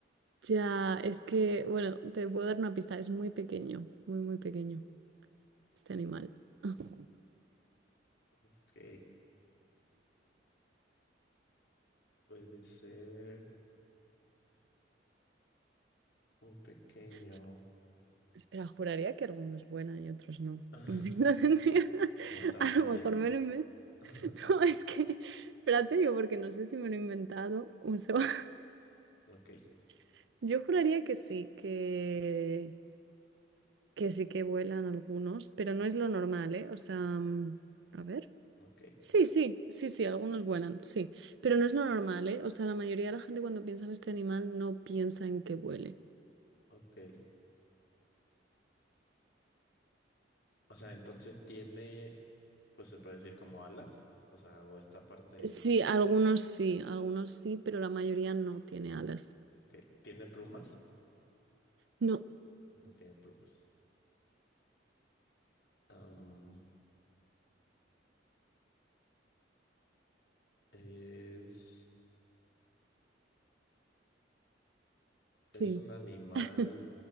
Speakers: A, on the right; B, on the left.
A: Ya, es que, bueno, te puedo dar una pista. Es muy pequeño, muy, muy pequeño este animal. <laughs>
B: Ok, puede ser muy pequeño.
A: Es- Espera, juraría que algunos buena y otros no.
B: <laughs>
A: <laughs> Sí, lo tendría. <laughs>
B: No me estarás
A: A
B: mintiendo.
A: lo mejor me lo inven-
B: <laughs>
A: <laughs> No, es que, espérate, digo, porque no sé si me lo he inventado un segundo.
B: Ok,
A: <laughs> Yo juraría que sí, que... que sí que vuelan algunos, pero no es lo normal, ¿eh? O sea, mm, a ver.
B: ok,
A: Sí, sí, sí, sí, algunos vuelan, sí, pero no es lo normal, ¿eh? O sea, la mayoría de la gente cuando piensa en este animal no piensa en que vuele.
B: ok. O sea, entonces tiene, pues se puede decir como alas. O sea, o esta parte.
A: Sí, algunos sí, algunos sí, pero la mayoría no tiene alas.
B: Ok, ¿tiene plumas?
A: No,
B: No tiene plumas. Am, es, es
A: sí,
B: un animal
A: <laughs>